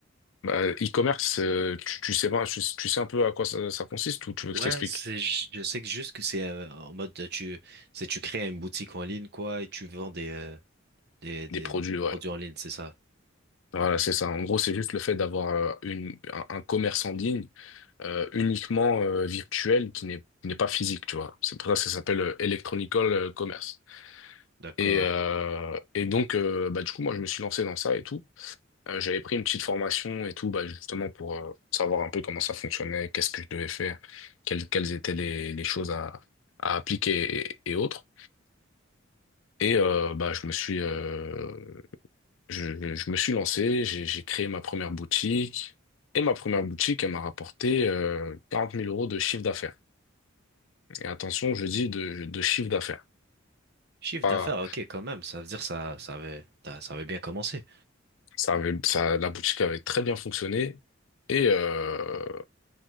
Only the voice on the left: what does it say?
Bah, e-commerce, euh, tu, tu sais, pas- tu, tu sais un peu à quoi ça, ça consiste ou tu veux
que je t'explique?
Des produits, ouais.
Voilà, c'est ça. En gros, c'est juste le fait d'avoir euh, une, un, un commerce en ligne euh, uniquement euh, virtuel qui n'est qui n'est pas physique, tu vois. C'est pour ça que ça s'appelle euh, Electronical euh, Commerce.
Et, euh, et donc, euh, bah, du coup, moi, je me suis lancé dans ça et tout. Euh, j'avais pris une petite formation et tout, bah, justement pour euh, savoir un peu comment ça fonctionnait, qu'est-ce que je devais faire, quelles, quelles étaient les, les choses à, à appliquer et, et autres. Et euh, bah, je me suis, euh, je, je me suis lancé, j'ai j'ai créé ma première boutique. Et ma première boutique, elle m'a rapporté euh, 40 000 euros de chiffre d'affaires. Et attention, je dis de, de chiffre d'affaires.
Ah,
ça avait, ça, la boutique avait très bien fonctionné. Et, euh,